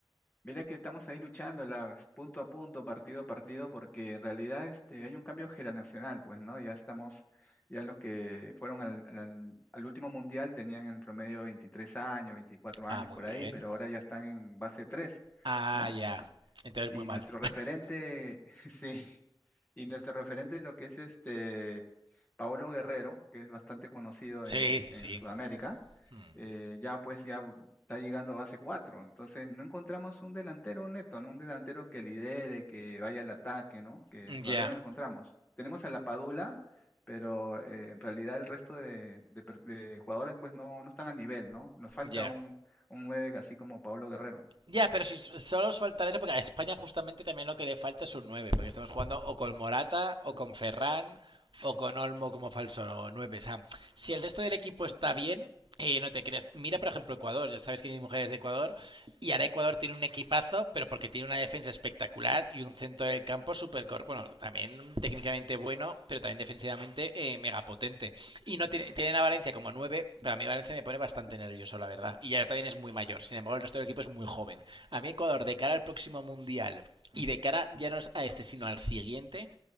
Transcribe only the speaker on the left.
Mira que estamos ahí luchando la- punto a punto, partido a partido, porque en realidad este, hay un cambio generacional, pues, ¿no? Ya estamos, ya los que fueron al, al- al último mundial tenían en promedio 23 años, 24
años
por
ahí, pero ahora ya están en base tres
¿no?
Y
nuestro referente, <laughs> sí, y nuestro referente lo que es este Paolo Guerrero, que es bastante conocido
en,
en
Sudamérica,
eh, ya pues ya está llegando a base cuatro entonces no encontramos un delantero neto, ¿no? Un delantero que lidere, que vaya al ataque, ¿no? Que
todavía no lo encontramos. Tenemos a la Padula, pero eh, en realidad el resto de, de per- de jugadores pues no, no están al nivel, ¿no? Nos falta
un, un 9 así como Paolo Guerrero.